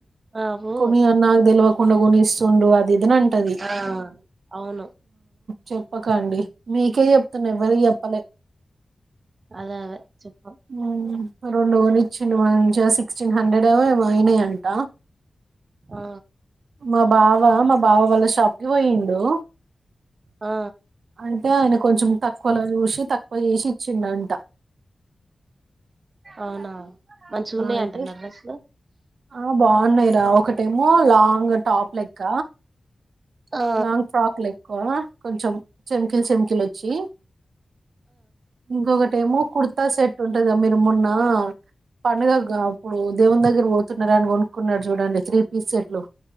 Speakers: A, on the right; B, on the right.
A: ఆవు
B: కొని అని నాకు తెలవదు ఇలా కొనిస్తుండు అది ఇదని అంటది
A: ఆ అవును
B: చెప్పకండి మీకే చె పతునే మరి
A: ఎహె,
B: చెప్పలే
A: అదే అదే చెప్ప
B: ఉ రెండు కొనిచ్చిండు మంచి సిక్స్టీన్ హండ్రెడో ఏమో అయినాయి అంట
A: ఆ
B: మా బావ మా బావ వాళ్ళ షాప్ కి పోయిండు
A: ఆ
B: అంటే ఆయన కొంచెం తక్కువలో చూసి తక్కువ చేసి ఇచ్చిండ అంట
A: అవునా మంచిగున్నాయి
B: అయితే
A: అంటున్నాయా డ్రస్లు
B: ఆ బాగున్నాయిరా ఒకటేమో లాంగ్ టాప్ లెక్క
A: ఆ
B: లాంగ్ ఫ్రాక్ లు ఎక్కువ కొంచెం చెమకిలు చెమకిలు వచ్చి ఇంకొకటి ఏమో కుర్తా సెట్ ఉంది తర మీరు మొన్న పండుగ అప్పుడు దేవుని దగ్గర పో దాన్ని కొనుక్కున్నాడు చూడండి త్రీ పీస్ సెట్లు